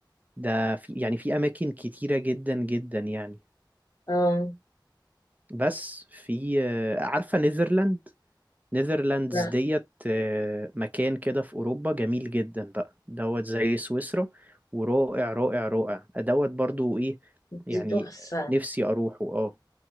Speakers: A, on the right; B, on the left.
A: ده في يعني في اماكن كتيره جدا جدا يعني
B: اه
A: بس في آه، عارفه نيذرلاند نيذرلاندز
B: لا
A: ديت آه، مكان كده في أوروبا جميل جدا بقى دوت زي سويسرا ورائع رائع رائع دوت برضو إيه يعني
B: دي تحفة
A: نفسي أروحه اه